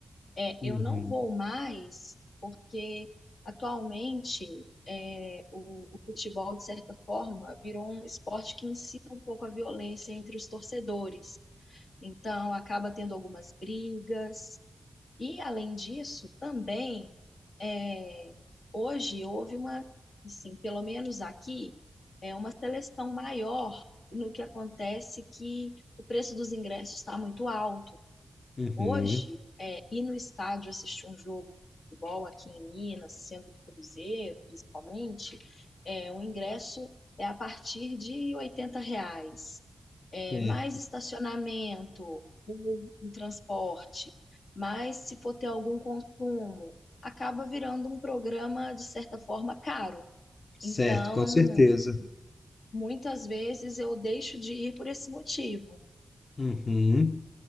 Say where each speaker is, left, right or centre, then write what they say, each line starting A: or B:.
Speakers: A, on the left; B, on the left.
A: É,
B: Uhum,
A: eu não vou mais porque atualmente é, o, o futebol, de certa forma, virou um esporte que incita um pouco a violência entre os torcedores. Então, acaba tendo algumas brigas. E, além disso, também, é, hoje houve uma, assim, pelo menos aqui, é uma seleção maior no que acontece que o preço dos ingressos está muito alto.
B: uhum,
A: Hoje, é, ir no estádio assistir um jogo de futebol aqui em Minas, sendo do Cruzeiro, principalmente, é, o ingresso é a partir de 80 reais. É,
B: certo,
A: mais estacionamento, o, o transporte, mas se for ter algum consumo, acaba virando um programa, de certa forma, caro.
B: certo,
A: Então,
B: com certeza.
A: muitas vezes eu deixo de ir por esse motivo.
B: Uhum.